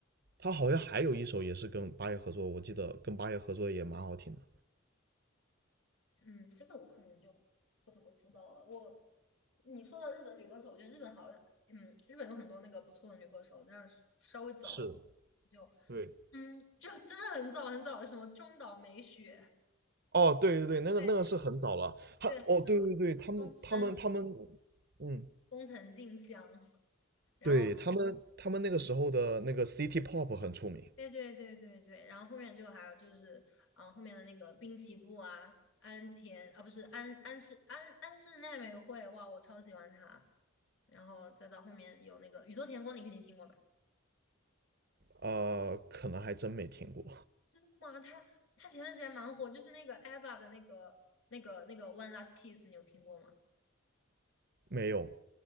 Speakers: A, on the right; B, on the left.
A: 她好像还有一首也是跟八爷合作，我记得跟八爷合作也蛮好听的，
B: 嗯，这个我可能就不怎么知道了。我你说的日本女歌手，我觉得日本好像，嗯，日本有很多那个不错的女歌手，但是稍微早一点
A: 是，
B: 就，
A: 对，
B: 嗯，就真的很早很早，的，什么中岛美雪，
A: 哦，对对对，那个那个是很早了。
B: 对
A: 他哦，
B: 对，很
A: 对对对，
B: 早，
A: 他们他们他们，
B: 中森、
A: 嗯，
B: 工藤静香，然后。
A: 对他们他们那个时候的那个 City Pop 很出名。
B: 对对对对对，然后后面就还有就是，嗯、后面的那个滨崎步啊，安田啊，不是安安室安安室奈美惠，哇，我超喜欢她。然后再到后面有那个宇多田光，你肯定听过吧？
A: 呃，可能还真没听过，
B: 知道吗？她她前段时间蛮火，就是那个 Eva 的那个那个那个 One Last Kiss，你有听过吗？
A: 没有。